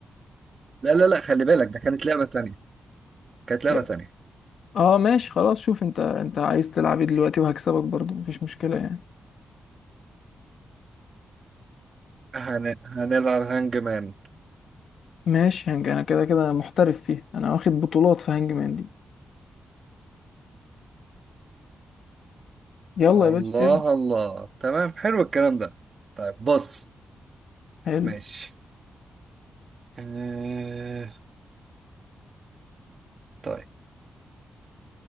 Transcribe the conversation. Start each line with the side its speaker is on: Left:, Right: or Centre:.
Right: لا لا لا خلي بالك ده كانت لعبة تانية كانت لعبة
Left: لا.
Right: تانية
Left: اه ماشي خلاص شوف انت انت عايز تلعب ايه دلوقتي وهكسبك برضو مفيش مشكله يعني
Right: هن... هنلعب هانج مان
Left: ماشي هنج انا كده كده محترف فيها انا واخد بطولات في هانج مان دي يلا
Right: الله
Left: يا باشا ابدا
Right: الله تمام حلو الكلام ده طيب بص
Left: حلو
Right: ماشي آه... طيب